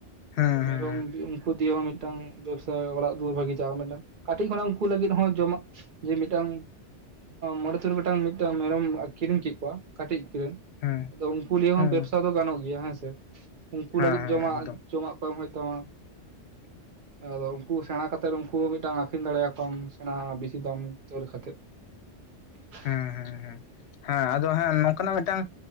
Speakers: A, on the left; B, on the right.
A: ᱦᱮᱸ ᱦᱮᱸ
B: ᱢᱮᱨᱚᱢ ᱩᱝᱠᱩ ᱫᱤᱭᱮ ᱦᱚᱸ ᱢᱤᱫ ᱢᱤᱫᱴᱟᱝ ᱵᱮᱵᱽᱥᱟ ᱚᱲᱟᱜ ᱫᱩᱣᱟᱹᱨ ᱵᱷᱟᱹᱜᱤ ᱡᱟᱣ ᱠᱟᱛᱮ ᱠᱟᱹᱴᱤᱡ ᱠᱷᱚᱱᱟᱜ ᱩᱱᱠᱩ ᱞᱟᱹᱜᱤᱫ ᱦᱚᱸ ᱡᱚᱢᱟᱜ ᱡᱮ ᱢᱤᱫᱴᱟᱝ ᱢᱚᱬᱮ ᱛᱩᱨᱩᱭ ᱜᱚᱴᱟᱝ ᱢᱤᱫᱴᱟᱝ ᱢᱮᱨᱚᱢ ᱠᱤᱨᱤᱧ ᱠᱮᱫ ᱠᱚᱣᱟ ᱠᱟᱹᱴᱤᱡ ᱨᱮ
A: ᱦᱮᱸ
B: ᱟᱫᱚ ᱩᱝᱠᱩ ᱞᱤᱭᱮ
A: ᱦᱮᱸ
B: ᱦᱚᱸ ᱵᱮᱵᱥᱟ ᱫᱚ ᱜᱟᱱᱚᱜ ᱜᱮᱭᱟ ᱦᱮᱸᱥᱮ, ᱩᱝᱠᱩ
A: ᱦᱮᱸ
B: ᱞᱟᱹᱜᱤᱫ
A: ᱦᱮᱸ
B: ᱡᱚᱢᱟᱜ
A: ᱮᱠᱫᱚᱢ
B: ᱡᱚᱢᱟᱜ ᱠᱚ ᱮᱢ ᱦᱳᱭᱳᱜ ᱛᱟᱢᱟ ᱾
A: <inaudible>
B: ᱟᱫᱚ ᱩᱝᱠᱩ ᱥᱮᱬᱟ ᱠᱟᱛᱮᱫ ᱩᱝᱠᱩ ᱢᱤᱫᱴᱟᱝ ᱟᱠᱷᱨᱤᱧ ᱫᱟᱲᱮᱭᱟᱠᱚᱣᱟᱢ ᱥᱮᱬᱟ ᱵᱤᱥᱤ ᱫᱟᱢ ᱩᱛᱟᱹᱨ ᱠᱟᱛᱮᱜ᱾ <inaudible>
A: ᱦᱮᱸ ᱦᱮᱸ ᱦᱮᱸ ᱦᱮᱸ ᱟᱫᱚ ᱦᱮᱸ ᱱᱚᱝᱠᱟᱱᱟᱜ ᱢᱤᱫᱴᱟᱝ